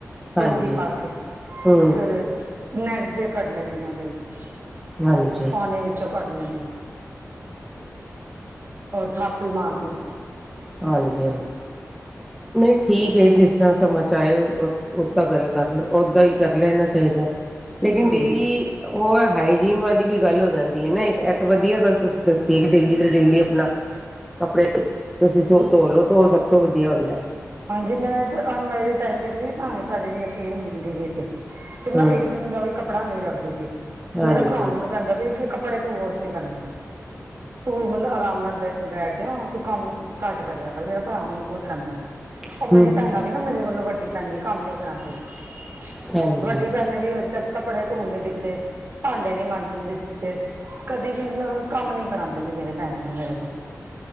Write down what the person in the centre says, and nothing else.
ਹਾਂਜੀ
ਹਮ
ਹਾਂਜੀ।
ਹਾਂਜੀ ਹਾਂਜੀ। ਨਈਂ ਠੀਕ ਐ ਜਿਸ ਤਰ੍ਹਾਂ ਸਮਝ ਚ' ਆਇਆ ਓਸ ਓਦਾਂ ਗੱਲ ਕਰ ਲੋ ਓਦਾਂਈ ਕਰ ਲੈਣਾ ਚਾਹੀਦਾ, ਲੇਕਿਨ
ਡੇਲੀ ਉਹ ਹਾਈਜੀਨ ਵਾਲੀ ਵੀ ਗੱਲ ਹੋ ਜਾਂਦੀ ਐ ਨਾ ਇਹ ਤਾਂ ਵਧੀਆ ਗੱਲ ਤੁਸੀਂ ਦੱਸੀਏ ਕਿ ਡੇਲੀ ਦਾ ਡੇਲੀ ਆਪਣਾ ਕੱਪੜੇ, ਤੁਸੀਂ ਸੋ ਧੋ ਲੋ ਓ ਸਭ ਤੋਂ ਵਧੀਆ ਹੁੰਦਾ ਐ।
ਹਮ
ਹਾਂਜੀ
ਹੂੰ
ਹਾਂਜੀ